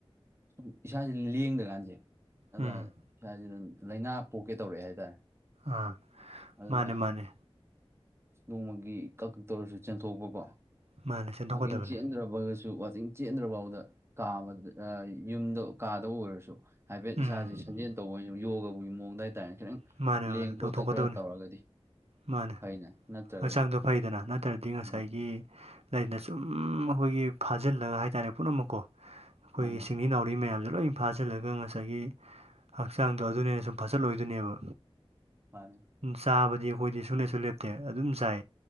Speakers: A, on the right (about 25°); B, on the right (about 80°).
A: ꯁꯨꯝ ꯏꯁꯥꯥꯁꯦ ꯂꯦꯡꯗꯀꯥꯟꯁꯦ ꯑꯗ
B: ꯎꯝ
A: ꯁ꯭ꯋꯥꯏꯁꯤꯗ ꯂꯥꯏꯅꯥ ꯄꯣꯛꯀꯦ ꯇꯧꯔꯛꯑꯦ ꯍꯥꯏꯇꯥꯔꯦ
B: ꯑꯥ
A: ꯑꯗꯨꯅ
B: ꯃꯥꯅꯦ ꯃꯥꯅꯦ
A: ꯅꯣꯡꯃꯒꯤ ꯀꯛꯇꯧꯔꯁꯨ ꯆꯦꯟꯊꯣꯛꯄꯀꯣ
B: ꯃꯥꯅꯦ ꯆꯦꯟꯊꯣꯛꯀꯗꯕꯅꯦ
A: ꯑꯡ ꯆꯦꯟꯗ꯭ꯔꯕ ꯑꯣꯏꯒꯁꯨ ꯋꯥꯆꯤꯡ ꯆꯦꯟꯗ꯭ꯔꯐꯥꯎꯗ ꯀꯥ ꯌꯨꯝꯗ ꯀꯥꯗ ꯑꯣꯏꯔꯁꯨ ꯍꯥꯏꯐꯦꯠ
B: ꯎꯝ
A: ꯏꯁꯥꯁꯤ ꯁꯥꯖꯦꯜ ꯇꯧꯕ ꯑꯣꯏꯅ ꯌꯣꯒꯕꯨꯒꯤ ꯃꯑꯣꯡꯗ ꯍꯥꯏꯇꯥꯔꯦ ꯈꯤꯇꯪ
B: ꯃꯥꯅꯦ
A: ꯂꯦꯡ
B: ꯃꯥꯅꯦ
A: ꯈꯣꯠꯇ
B: ꯇꯧꯊꯣꯛꯀꯗꯕꯅꯦ
A: ꯈꯔ ꯇꯧꯔꯒꯗꯤ
B: ꯃꯥꯅꯦ
A: ꯐꯩꯅꯦ ꯅꯠꯇ꯭ꯔꯒꯗꯤ
B: ꯍꯛꯆꯥꯡꯗꯣ ꯐꯩꯗꯅ ꯅꯠꯇ꯭ꯔꯗꯤ ꯉꯁꯥꯏꯒꯤ
A: ꯎꯝ
B: ꯂꯩꯅ ꯁꯨꯝ ꯑꯩꯈꯣꯏꯒꯤ ꯐꯥꯖꯤꯜꯂꯒ ꯍꯥꯏꯇꯥꯔꯦ ꯄꯨꯝꯅꯃꯛꯀꯣ ꯑꯩꯈꯣꯏꯒꯤ
A: ꯃꯥꯅꯦ
B: ꯁꯤꯡꯂꯤ ꯅꯥꯎꯔꯤ ꯃꯌꯥꯝꯁꯨ ꯂꯣꯏ ꯐꯥꯖꯤꯜꯂꯒ ꯉꯁꯥꯏꯒꯤ ꯍꯛꯆꯥꯡꯗꯣ ꯑꯗꯨꯅꯦꯅ ꯁꯨꯝ ꯐꯥꯖꯜꯂꯣꯏꯗꯣꯏꯅꯦꯕ
A: ꯃꯥꯅꯤ
B: ꯆꯥꯕꯗꯤ ꯑꯩꯈꯣꯏꯗꯤ ꯁꯨꯡꯅꯩꯁꯨ ꯂꯦꯞꯇꯦ ꯑꯗꯨꯝ ꯆꯥꯏ